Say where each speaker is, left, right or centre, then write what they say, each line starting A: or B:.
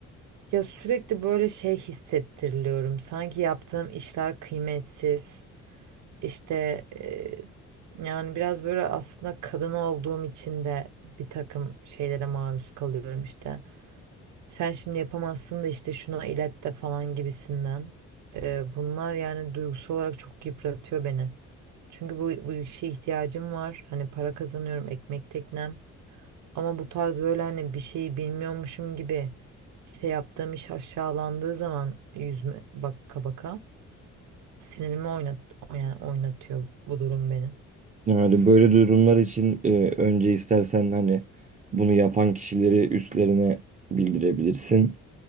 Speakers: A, on the right; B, on the right.
A: Ya sürekli böyle şey hissettiriliyorum. Sanki yaptığım işler kıymetsiz. İşte e, yani biraz böyle aslında kadın olduğum için de bir takım şeylere maruz kalıyorum işte. Sen şimdi yapamazsın da işte şuna ilet de falan gibisinden. E, bunlar yani duygusal olarak çok yıpratıyor beni. Çünkü bu, bu işe ihtiyacım var. Hani para kazanıyorum, ekmek teknem. Ama bu tarz böyle hani bir şeyi bilmiyormuşum gibi işte yaptığım iş aşağılandığı zaman yüzme baka baka sinirimi oynat yani oynatıyor bu durum benim.
B: Yani böyle durumlar için e, önce istersen hani bunu yapan kişileri üstlerine bildirebilirsin.